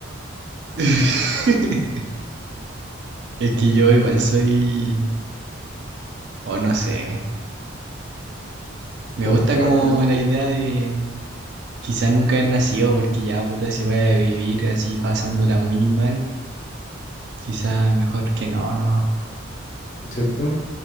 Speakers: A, on the right; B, on the left.
A: <laughs> Es que yo igual soy, o no sé,
B: <laughs>
A: me
B: Nunca
A: gusta como
B: haber nacido,
A: la idea de quizás nunca haber nacido porque ya, puta, si voy a vivir así pasándola muy mal, quizás mejor que no, no,
B: ¿Cierto?